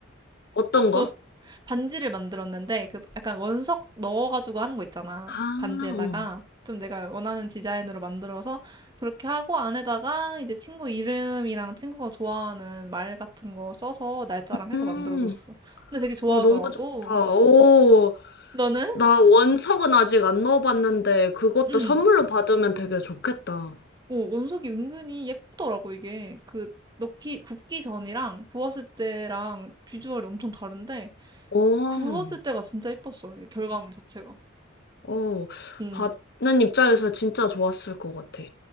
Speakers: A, on the left; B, on the right.
A: 어떤
B: 너,
A: 거?
B: 반지를 만들었는데, 그, 약간 원석 넣어가지고 하는 거 있잖아.
A: 아,
B: 반지에다가.
A: 어.
B: 좀 내가 원하는 디자인으로 만들어서, 그렇게 하고, 안에다가 이제 친구 이름이랑 친구가 좋아하는 말 같은 거 써서 날짜랑 해서
A: 음,
B: 만들어줬어. 근데 되게 좋아하더라고.
A: 어, 너무 좋다. 오,
B: 너는?
A: 나 원석은 아직 안 넣어봤는데 그것도
B: 응.
A: 선물로 받으면 되게 좋겠다.
B: 어, 원석이 은근히 예쁘더라고, 이게. 그, 넣기, 굽기 전이랑 구웠을 때랑 비주얼이 엄청 다른데,
A: 오,
B: 구웠을 때가 진짜 예뻤어, 이 결과물 자체가.
A: 어,
B: 응.
A: 받는 입장에서 진짜 좋았을 것 같아.